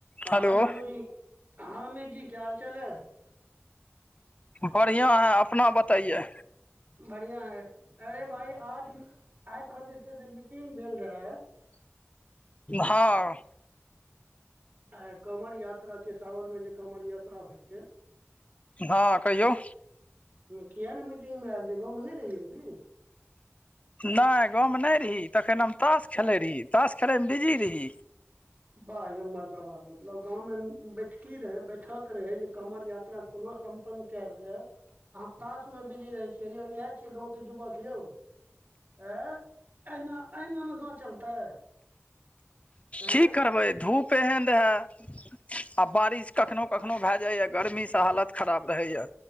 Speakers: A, on the right; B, on the left.
A: हँ
B: हेलो
A: लालू जी हँमे जी क्या हाल चाल है
B: बढ़िआं आऽ अपना बतइयै
A: बढ़िया ऐ अरे भाई आज आइखन जे छै से मीटिंग भेल रहै
B: हँ
A: आ कामर यात्रा के सावन मे जे कामर यात्रा होइ छै
B: हँ कहियौ
A: किया नहि मीटिंग मे आयल रहियै गाँव मे नहि रहियै की
B: नहि गाँवमे नहि रही तखन हम तास खेलै रहि तास खेलैमे बिजी रही
A: बाह यो मरदबा मतलब गाँवमे बैठकी रहै बैठक रहै जे कमर यात्रा कोनो सम टैल जाय अहाँ तास मे बिजी रहे छियै यौ इएह छियै गाँव के जुवक यौ ए एहिना एहिनामे गाँव चलतै एं
B: की करबै धूप एहन रहै आ बारिश कखनो कखनो भए जाइए गर्मीसँ हालत खराब रहैए